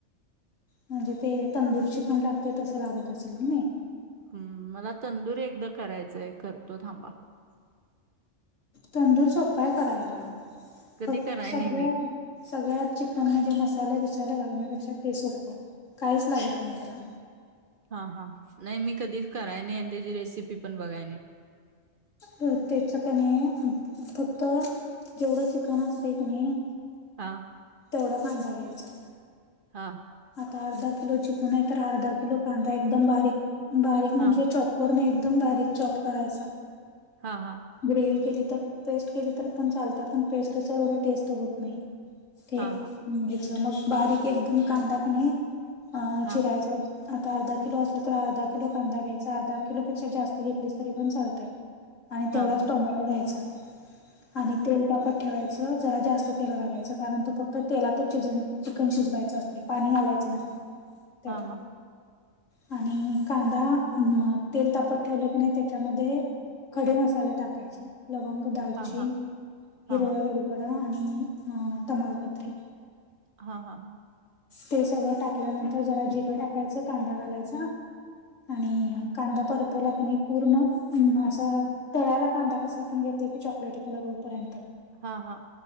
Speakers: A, on the left; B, on the right.
A: म्हणजे ते तंदूर चिकन लागते तसं लागत असेल, की नाही.
B: हम्म! मला तंदुरी एकदा करायचयं करतो, थांबा.
A: तंदूर सोप हाय करायला
B: कधी
A: फ
B: कराय
A: सगळ्यात
B: नाही मी.
A: सगळ्यात चिकन म्हणजे, मसाले विसाले घालण्यापेक्षा ते सोपं काहीच लागत नाही त्याला,
B: हा हा नाही मी कधीच कराय नाही, आणि त्याची रेसिपी पण बघाय नाही.
A: त्याच क नाही फक्त जेवढं चिकन असते, क नाही.
B: हा.
A: तेवढा कांदा घ्यायचा.
B: हां.
A: आता अर्धा किलो चिकन आहे, तर अर्धा किलो कांदा एकदम बारीक बारीक
B: हां.
A: म्हणजे चॉ चाँपरने एकदम बारीक चॉप करायचा.
B: हा हा.
A: ग्रेव केली तर पेस्ट केली, तर पण चालत पण पेस्ट कसं एवढं टेस्ट होत नाही. ते
B: हां, हां.
A: हेच, मग बारीक एकदम कांदा कनाही अ
B: हां.
A: चिरायचा. आता अर्धा किलो असलं तर अर्धा किलो कांदा घ्यायचा, अर्धा किलोपेक्षा जास्त घेतलीस तरी पण चालतयं. आणि तेवढाच
B: हां, हां.
A: टोमॅटो घ्यायचा, आणि तेल तापत ठेवायचं. <unintelligible> जरा जास्त तेल घालायचं. कारण, तु फक्त तेलातच शिज चिकन शिजवायचं असतयं पाणी घालायचं नसतयं, त्याला
B: हां, हां.
A: आणि कांदा तेल तापत ठेवलं, की नाही त्याच्यामध्ये. खडे मसाले टाकायचे. लवंग, दालचीन,
B: हां, हां.
A: हिरवा
B: हां, हां.
A: वेलदोडा आणि तमालपत्री.
B: हा हा हा.
A: ते सगळं टाकल्यानंतर जरा जिरं टाकायचं, कांदा घालायचं. आणि कांदा परतवला क पूर्ण असा तळाला कांदा कसा आपण घेते की चॉकलेटी कलर होऊपर्यंत
B: हा हा